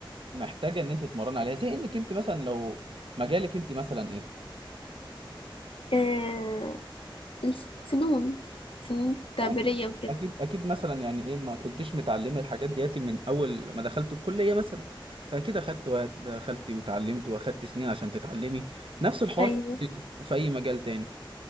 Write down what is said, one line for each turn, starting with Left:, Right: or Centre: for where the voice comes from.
Right: محتاجة ان انت تتمرن عليها زي انك انت مثلا لو مجالك انت مثلا ايه
Left: آه الفنون فنون تعبيرية
Right: اكيد
Left: وكده
Right: اكيد اكيد مثلا يعني ايه ما كنتش متعلمة الحاجات دياتي من اول ما دخلت الكلية مثلا فاكيد اخدت وقت دخلت وتعلمت واخدت سنين عشان تتعلمي نفس الحوار
Left: أيوة
Right: في الموسيقى وفي اي مجال تاني